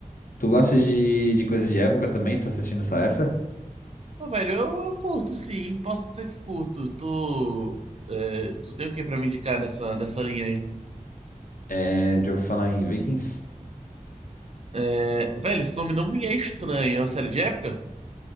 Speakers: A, on the left; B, on the right.
A: Tu gosta de, de coisa de época também? Tá assistindo só essa?
B: Pô, velho, eu, eu curto sim, posso dizer que curto. Tu, é, tu tem o que pra me indicar nessa, nessa linha aí?
A: É, já ouvi falar em Vikings?
B: É, velho, esse nome não me é estranho. É uma série de época?